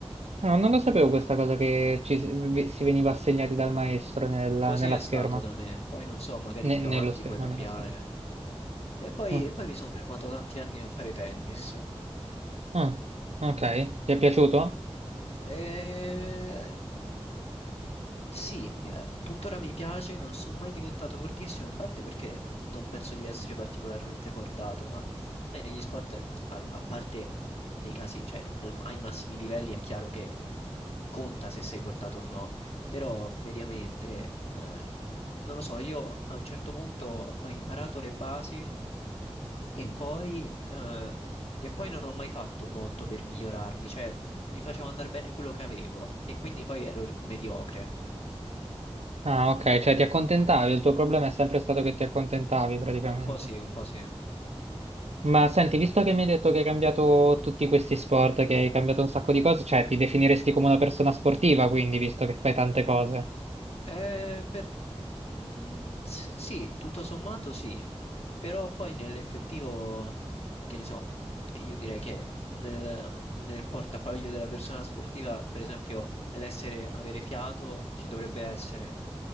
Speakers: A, on the right (about 85°); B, on the left (about 70°).
A: No, non lo sapevo questa cosa che ci si vi- si veniva assegnati dal maestro nella,
B: Così
A: nella
B: è
A: scherma.
B: stato da me, poi non so, magari
A: Ne-
B: più
A: nello
B: avanti
A: schermo,
B: puoi cambiare.
A: nello schermo.
B: E poi,
A: Mm.
B: e poi mi sono fermato tanti anni a fare tennis.
A: Ah, ok. Ti è piaciuto?
B: E... Sì, mi- eh, tuttora mi piace, non sono mai diventato fortissimo in parte perché non penso di essere particolarmente portato, ma sai, negli sport, al- a, parte nei casi, cioè al- ai massimi livelli è chiaro che conta se sei portato o no, però mediamente, eh, non lo so, io a un certo punto ho imparato le basi e poi, eh, e poi non ho mai fatto molto per migliorarmi, cioè mi facevo andare bene quello che avevo e quindi poi ero mediocre.
A: Ah, ok, cioè ti accontentavi, il tuo problema è sempre stato che ti accontentavi praticamente.
B: Un po' sì, un po' sì.
A: Ma senti, visto che mi hai detto che hai cambiato tutti questi sport, che hai cambiato un sacco di cose, cioè ti definiresti come una persona sportiva, quindi, visto che fai tante cose.
B: Eh, per... mm, s- sì, tutto sommato sì, però poi nell'effettivo, che ne so, io direi che nel, nel portafoglio della persona sportiva, per esempio, l'essere, avere fiato ci dovrebbe essere.